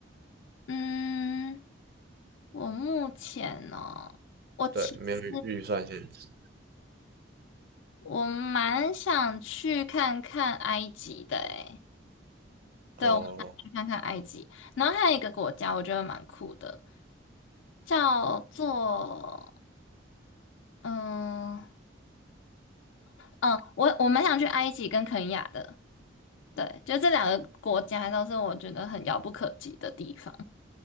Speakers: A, on the left (about 75°); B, on the right (about 50°).
A: 嗯，我目前哦，我其实
B: 对，没有预预算限制。
A: 我蛮想去看看埃及的诶，对，
B: 哦，
A: 我蛮想去看看埃及，然后还有一个国家我觉得蛮酷的。叫做嗯嗯，我我蛮想去埃及跟肯亚的，对，就这两个国家都是我觉得很遥不可及的地方，